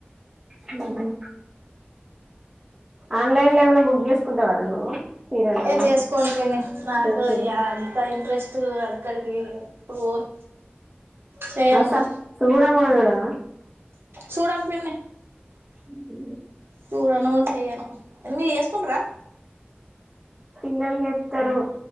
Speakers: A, in the centre; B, on the right (about 70°).
A: హ్మ్ ఆన్లైన్ లో ఏమైనా బుక్ చేసుకుంటావారా నువ్వు చీరలు
B: ఏ చేసుకోను పిన్ని నాకు
A: డ్రెస్సులు
B: ఇగ అంత ఇంట్రెస్ట్ అక్కడికి ఇప్పుడు పోను చేయను
A: అసల్
B: కూడా
A: సుడ కూడా సుడవా
B: సూడను పిన్ని
A: హ్మ్ హు
B: చూడను చెయ్యను మీరు చేసుకుంటరా
A: పిల్లలు చెతరు